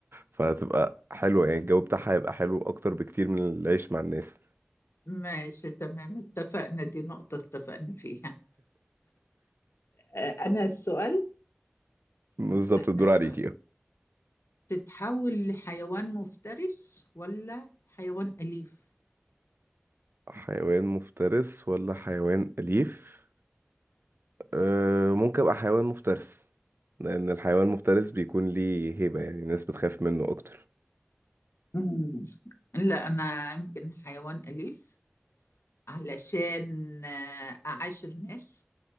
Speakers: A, on the right; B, on the left.
A: فهتبقى حلوة يعني الجو بتاعها هيبقى حلو أكتر بكتير من العيش مع الناس
B: ماشي تمام اتفقنا دي نقطه اتفقنا فيها آه، انا السؤال
A: بالظبط
B: انا
A: الدور
B: السؤال
A: عليكي
B: تتحول لحيوان مفترس ولا حيوان اليف
A: حيوان مفترس ولا حيوان أليف أه ممكن ابقى حيوان مفترس لان الحيوان المفترس بيكون ليه هيبة يعني الناس بتخاف منه اكتر
B: مم. لا انا يمكن حيوان اليف علشان آه، أعاشر ناس